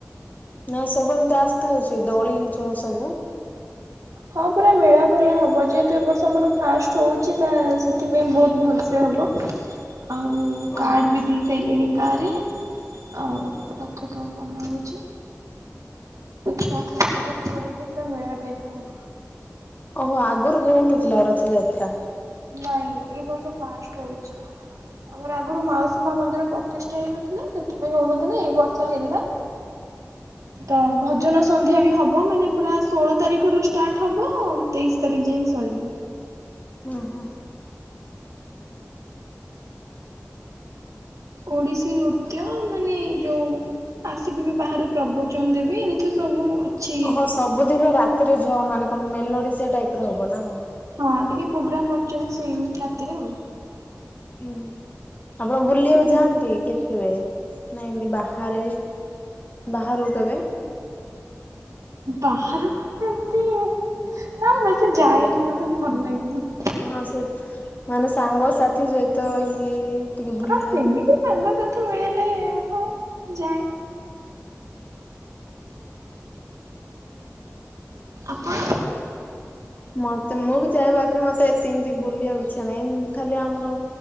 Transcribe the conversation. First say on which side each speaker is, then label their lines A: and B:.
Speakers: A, on the left (about 30°); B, on the right (about 80°).
A: ନାଇଁ ସବୁ ଏମିତି ଆସ୍ଥା ହଉଛି ଦଳି ଜ ସବୁ
B: ହଁ ପୁରା ମେଳା ଭଳିଆ ହବ, ଯେହେତୁ ଏ ବର୍ଷ ଆମର ଫାଷ୍ଟ ହଉଛି ତା ସେଥିପାଇଁ ବହୁତ ଭଲସେ ହବ। ଆଉ
A: ଓହୋ
B: କାର୍ଡ ବି ଦେଇ ସାରିଲଣି ଗାଁ ରେ, ଆଉ ରଖ ତ ଭଲ ହଉଛି ଛଅ ସାତ ଦିନ ପରେ ଏଠି ପୁରା ମେଳା ଟାଇପ ର ହବ।
A: ଓହୋ ଆଗରୁ ହୋଉନଥିଲା ରଥଯାତ୍ରା?
B: ନାଇଁ ଏଇ ବର୍ଷ ଫାଷ୍ଟ ହୋଉଚି, ଆମର ଆଗରୁ ମାଉସୀ ମା ମନ୍ଦିର ପ୍ରତିଷ୍ଠା ହେଇନଥିଲା ସେଥିପାଇଁ ହଉନଥିଲା ଏଇ ବର୍ଷ ହେଲା। ତ ଭଜନ ସନ୍ଧ୍ୟା ବି ହେବ ମାନେ ପୁରା ଷୋହଳ ତାରିଖରୁ ଷ୍ଟାର୍ଟ ହେବ ତେଇଶି ତାରିଖ ଯାଇକି ସରିବ।
A: ହଁ ହଁ।
B: ଓଡିଶୀ ନୃତ୍ୟ ମାନେ ଯୋଉ ଆସିକି ବି ବାହାରୁ ପ୍ରବ ଦେବି ଏମିତି ସବୁ ଅଛି।
A: ଓହଁ ସବୁଦିନ ରାତିରେ ଯଅ ମାନେ କଣ ମେଲୋଡି ସେ ଟାଇପରେ ହବ ନା କଣ?
B: ହଁ ଟିକେ ପ୍ରୋଗ୍ରାମ ରଖିଛନ୍ତି ସେଇ ରାତିକୁ।
A: ହୁଁ ଆପଣ ବୁଲିବାକୁ
B: ଆଉ।
A: ଯାଆନ୍ତି କେ କେବେ ନା ଏମତି ବାହାରେ ବାହରକୁ କେବେ?
B: ବାହାରକୁ କେମିତି ନା ମୁଁ ବେଶୀ ଯାଇନି ମତେ ଭଲ ଲାଗେନି।
A: ହଁ ସେ ମାନେ ସାଙ୍ଗସାଥି ସହିତ ଏମିତି ଟିକେ ବୁଲିବାକୁ
B: ହଁ ସେମିତି ସାଙ୍ଗସାଥି ମିଳିଲେ ହଁ ଯାଏ। ଆପଣ?
A: ମତେ ମୁଁ ବି ଯାଏ କି ମତେ ଏମିତି ବୁଲିବାକୁ ଇଚ୍ଛା ନାହିଁ, ଖାଲି ଆମର